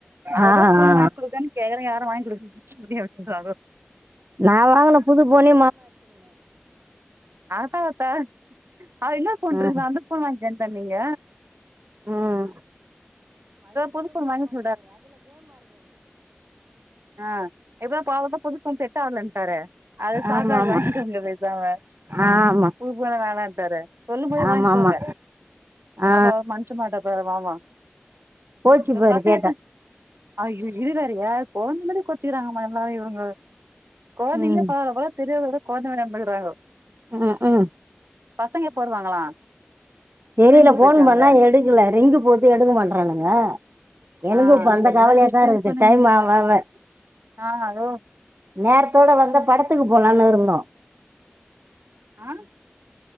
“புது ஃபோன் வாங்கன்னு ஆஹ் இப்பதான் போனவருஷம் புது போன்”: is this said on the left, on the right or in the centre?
Right